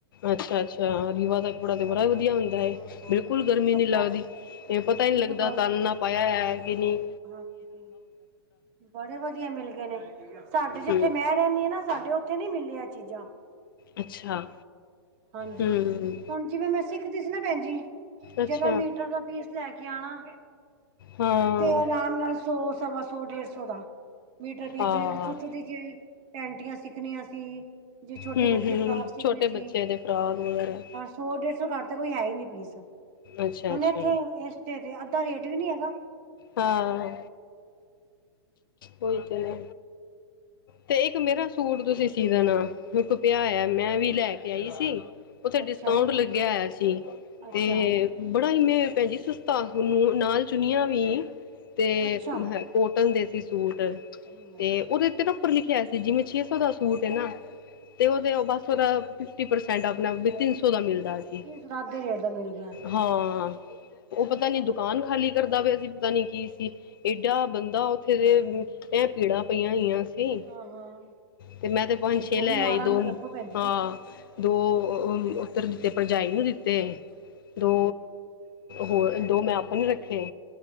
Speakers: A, on the left (about 55°); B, on the right (about 30°).
A: ਅੱਛਾ -ਅੱਛਾ, ਰੀਵਾ ਦਾ ਕਪੜਾ ਤੇ
B: ਕੱਪੜਾ
A: ਬੜਾ ਵਧੀਆ ਹੁੰਦਾ ਏ,
B: ਹਾਂ
A: ਬਿਲਕੁਲ ਗਰਮੀ
B: ਕੱਪੜਾ
A: ਨੀ ਲੱਗਦੀ, ਤੇ ਪਤਾ ਈ
B: ਬਿਲਕੁਲ
A: ਨੀ ਲੱਗਦਾ
B: ਕਰ
A: ਤਨ ਨਾ ਪਾਇਆ ਹੈਅ ਕਿ ਨੀ।
B: ਹਾਂਜੀ, ਬੜੇ ਵਧੀਆ ਮਿਲ ਗਏ ਨੇ, ਸਾਡੇ ਜਿੱਥੇ
A: ਹੂੰ
B: ਮੈਂ ਕਹਿਨੀ ਏ ਨਾ, ਸਾਡੇ ਉੱਥੇ ਨਈ ਮਿਲਨੀਆਂ ਚੀਜ਼ਾਂ।
A: ਅੱਛਾ
B: ਹਾਂਜੀ,
A: ਹੂੰ
B: ਹੁਣ ਜਿਵੇਂ ਮੈਂ ਸਿੱਖਦੀ ਸੀ ਨਾ ਭੈਨ ਜੀ।
A: ਅੱਛਾ
B: ਜਦੋ ਮੀਟਰ ਦਾ ਪੀਸ ਲੈ ਕੇ ਆਣਾ।
A: ਹਾਂ।
B: ਤੇ ਆਰਾਮ ਨਾਲ ਸੌ, ਸਵਾ ਸੌ, ਡੇਢ ਸੌ ਦਾ, ਮੀਟਰ ਪੀਸ
A: ਹਾਂ
B: ਜਿਵੇਂ ਕਿ ਛੋਟੀ- ਛੋਟੀ ਜੇ ਪੈਂਟੀਆਂ ਸਿੱਖਨੀਆਂ ਸੀ, ਜੇ ਛੋਟੇ
A: ਹੂੰ-ਹੂੰ
B: ਬੱਚੇ ਫਰਾਕ ਸਿੱਖਨੀ
A: ਛੋਟੇ
B: ਸੀ।
A: ਬੱਚੇ ਦੇ ਫਰਾਕ ਵਗੈਰਾ
B: ਸੌ ਡੇਢ ਸੌ ਘੱਟ ਤੇ ਕੋਈ ਹੈ ਈ ਨੀ ਪੀਸ।
A: ਅੱਛਾ-ਅੱਛਾ
B: ਹੁਨ ਇੱਥੇ ਏਸ ਤੇ ਤੇ ਅੱਧਾ ਰੇਟ ਵੀ ਨੀ ਹੈਗਾ।
A: ਹਾਂ। ਉਈ ਤੇ, ਤੇ ਇੱਕ ਮੇਰਾ ਸੁਟ ਤੁਸੀਂ ਸੀ ਦੇਨਾ ਮੇਰੇ ਕੋ ਪਿਆ ਹੋਐ, ਮੈਂ ਵੀ ਲੈ ਕੇ ਆਈ ਸੀ ਉਥੇ
B: ਅੱਛਾ
A: ਡਿਸਕਾਊਂਟ ਲੱਗਿਆ ਹੋਇਆ ਸੀ।
B: ਅੱਛਾ
A: ਤੇ ਬੜਾ ਈ ਮੇ ਭੈਣ ਜੀ ਸਸਤਾ ਨੂੰ ਨਾਲ ਚੁਣਿਆ ਵੀ। ਤੇ
B: ਅੱਛਾ
A: ਕੋਟਨ ਦੇ ਸੀ ਸੂਟ
B: ਹੂੰ
A: ਤੇ ਉਦੇ ਤੇ ਨਾ ਉੱਪਰ ਲਿਖਿਆ ਹੋਆ ਸੀ, ਜਿਵੇਂ ਛੇ ਸੌ ਦਾ ਸੂਟ ਏ ਨਾ ਤੇ ਉਦੇ ਬਸ ਉਦਾ ਫਿਫਟੀ ਪਰਸੈੰਟ ਆਪਨਾ ਸੋ ਦਾ ਮਿਲਦਾ ਸੀ।
B: ਤਿੰਨ ਸੌ ਦੱਸ ਦੇ ਰੇਟ ਦਾ ਮਿਲ ਗਿਆ
A: ਹਾਂ ਉ ਪਤਾ
B: ਅੱਛਾ
A: ਨੀ ਦੁਕਾਨ ਖਾਲੀ ਕਰਦਾ ਪਿਆ ਸੀ। ਪਤਾ ਨੀ ਕੀ ਸੀ ਏਡਾ ਬੰਦਾ ਉੱਥੇ ਤੇ, ਐ ਭੀੜਾਂ ਪਈਆਂ ਹੋਈਆਂ ਸੀ।
B: ਹਾਂ ਹਾਂ
A: ਤੇ ਮੈਂ ਤੇ ਪੰਜ ਛੇ
B: ਕੋਈ
A: ਲੈ
B: ਮਾੜਾ
A: ਆਈ। ਦੋ,
B: ਨੀ ਵੇਖੋ ਭੈਣ ਜੀ
A: ਹਾਂ ਦੋ ੳ ਉੱਦਰ ਦਿੱਤੇ ਭਰਜਾਈ ਨੂੰ ਦਿੱਤੇ।
B: ਹੂੰ
A: ਦੋ ਹੋਰ ਦੋ ਮੈਂ ਆਪਨੇ ਰੱਖੇ